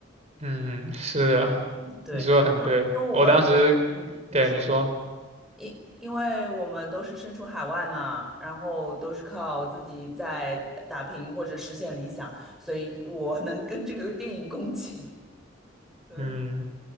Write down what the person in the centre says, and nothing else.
<laughs> 嗯，对，
因因为我也，
嗯，你说，
因因为我们都是身处海外嘛，然后都是靠自己在打拼或者实现理想，所以我能跟这个电影共情。<laughs> 对，